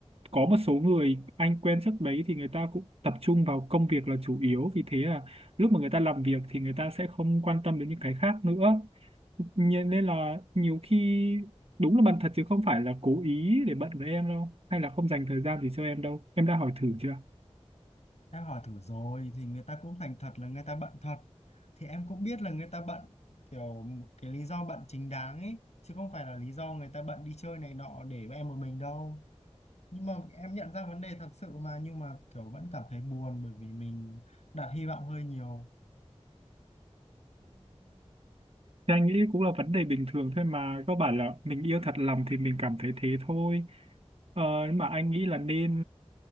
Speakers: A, on the right (about 60°); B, on the left (about 75°).
A: có một số người anh quen trước đấy thì người ta cũng tập trung vào công việc là chủ yếu vì thế là lúc mà người ta làm việc thì người ta sẽ không quan tâm đến những cái khác nữa Nhờ- nên là nhiều khi đúng là bận thật chứ không phải là cố ý để bận với em đâu hay là không dành thời gian gì cho em đâu em đã hỏi thử chưa
B: Em hỏi thử rồi thì người ta cũng thành thật là người ta bận thật. Thì em cũng biết là người ta bận kiểu cái lý do bận chính đáng ấy chứ không phải là lý do người ta bận đi chơi này nọ để em một mình đâu. Nhưng mà em nhận ra vấn đề thật sự mà nhưng mà kiểu vẫn cảm thấy buồn bởi vì mình đặt hy vọng hơi nhiều.
A: Thì anh nghĩ cũng là vấn đề bình thường thôi mà cơ bản là mình yêu thật lòng thì mình cảm thấy thế thôi ờ, nhưng mà anh nghĩ là nên